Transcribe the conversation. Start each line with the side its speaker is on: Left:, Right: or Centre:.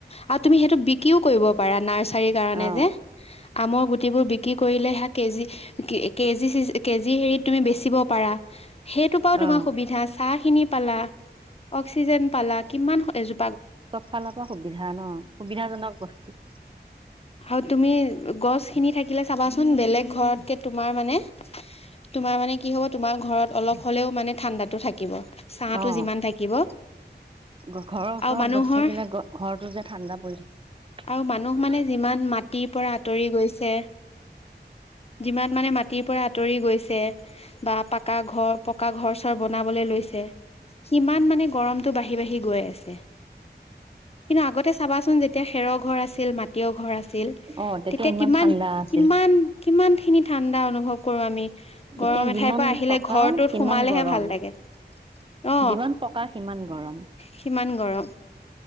Left: আৰু তুমি সেইটো বিক্ৰীও কৰিব পাৰা নাৰ্চ চাৰি কাৰণে
Right: অ
Left: যে, আমৰ গুটিবোৰ বিক্ৰী কৰিলে হে কেজি কে কেজি কেজি হেৰিত তুমি বেচিব পাৰা। সেইটোৰ পৰাও
Right: অ
Left: তোমাৰ সুবিধা চা নি পালা অক্সিজেন পালা কিমান এজো
Right: চব ফালৰ পৰা সুবিধা, ন? সুবিধাজনক বস্তু।
Left: আৰু তুমি গছখিনি থাকিলে চাবাচোন, বেলেগ ঘৰতকে তোমাৰ মানে তোমাৰ মানে কি হ'ব তোমাৰ ঘৰত অলপ হ'লেও মানে ঠাণ্ডাটো থাকিব। ছাহটো
Right: অহ,
Left: যিমান থাকিব
Right: ঘৰৰ ওচৰত
Left: আৰু মানুহৰ
Right: গছ থাকিলে ঘৰতো যে ঠাণ্ডা পৰি থাকে।
Left: আৰু মানুহ মানে যিমান মাটিৰ পৰা আত তৰি গৈছে। যিমান মানে মাটিৰ পৰা আঁতৰি গৈছে, বা পাকা ঘৰ পকা ঘৰ চ ত বনাবলৈ লৈছে। সিমান মানে গৰমতটো বাঢ়ি বাঢ়ি গৈ আছে। কিন্তু আগতে চাবাচোন, যেতিয়া খেৰৰ ঘৰ আছিল, মাটিৰ ঘৰ আছিল চিল
Right: অ
Left: তেতিয়া
Right: ইমান
Left: কিমান
Right: ঠাণ্ডা আছিল
Left: কিমান কিমান খিনি। ঠাণ্ডা অনুভৱ কৰো আমি,
Right: এতিয়া
Left: গৰম
Right: যিমান
Left: এঠাইৰ পৰা আহিলে
Right: পকা
Left: ঘৰটোত
Right: সিমান
Left: সোমালেহে
Right: গৰম
Left: ভাল লাগে। অ
Right: যিমান পকা সিমান গৰম।
Left: সিমান গৰম